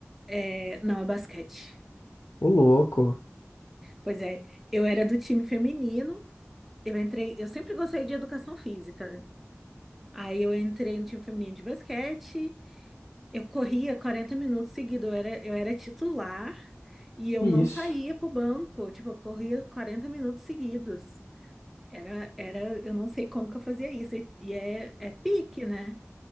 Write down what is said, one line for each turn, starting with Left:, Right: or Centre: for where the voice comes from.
Centre: é, não, é basquete.
Left: Ô, louco.
Centre: Pois é, eu era do time feminino, eu entrei, eu sempre gostei de educação física, né? Aí eu entrei no time feminino de basquete, eu corria 40 minutos seguidos, eu era, eu era titular e eu
Left: Isso.
Centre: não saía pro banco, tipo, eu corria 40 minutos seguidos. Era, era, eu não sei como que eu fazia isso, e, e é, é pique, né?